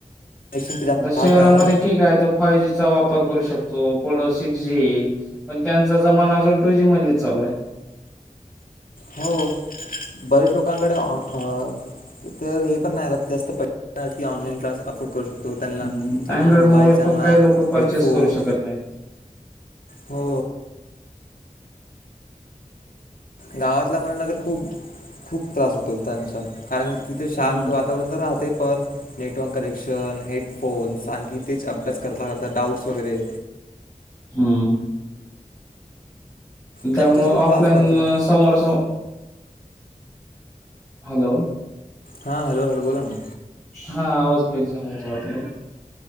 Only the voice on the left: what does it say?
कनेक्शन जास्त
राहत नाही ना
हो बरेच लोकांकडे अ तर हे पण नाही रा जास्त पहि की ऑनलाईन क्लास अपलोड करू. त्यांना
चांगला
चांगला
हेडफोन
हो. गावातल्या मुलांना तर खूप-खूप त्रास होतो त्यांचा. कारण क तिथे शांत
वातावरण तर राहते पण नेटवर्क कनेक्शन हेडफोन् आणखी तेच अभ्यास करता करता डाउट्स वगैरे
त्यांच्याच खूप
त्रास राहतो
हा हॅलो हॅलो बोला ना.